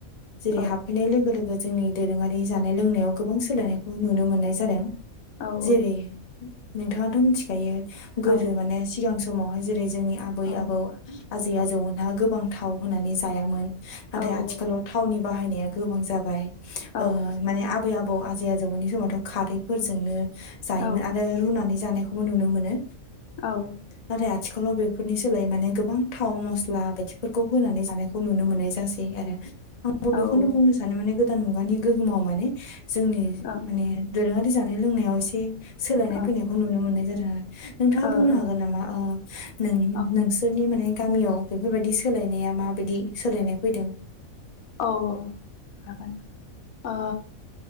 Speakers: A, on the left (about 35°); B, on the left (about 75°).
A: जेरै
B: औ
A: हाबफैनाय लोगो लोगो जोंनि दोरोङारि जानाय लोंनायाव गोबां सोलायनायखौ नुनो मोननाय जादों।
B: औ
A: जेरै
B: औ।
A: नोंथाङाथ' मिथिखायो गोदो
B: औ
A: माने सिगां समावहाय जेरै जोंनि आबै
B: औ
A: आबौ आजै आजौमोनहा गोबां थाव होनानै जायामोन नाथाय
B: औ
A: आथिखालाव
B: औ
A: थावनि बाहायनाया गोबां जाबाय
B: औ
A: ओ माने आबै आबौ आजै आजौमोननि समावथ' खारैफोरजोंनो जायोमोन
B: औ
A: आरो रुनानै जानायखौ बो नुनो मोनो।
B: औ।
A: नाथाय आथिखालाव बेफोरनि सोलाय माने गोबां थाव मस्ला बायदिफोरखौ होनानै जानायखौ नुनो मोननाय जासै आरो। <unintelligible> आंबो
B: औ
A: बेखौनो
B: ओं
A: बुंनो सानो माने गोदान मुगानि गोहोमाव माने जोंनि
B: ओं
A: माने दोरोङारि जानाय लोंनायाव एसे सोलायनाय
B: ओ
A: फैनायखौ नुनो मोननाय जादों आरो नोंथाङा
B: ओ
A: बुंनो हागोन नामा ओ नों
B: औ
A: नोंसोरनि माने गामियाव बेफोरबायदि सोलायनाया माबायदि सोलायनाय फैदों?
B: औ औ हागोन। ओ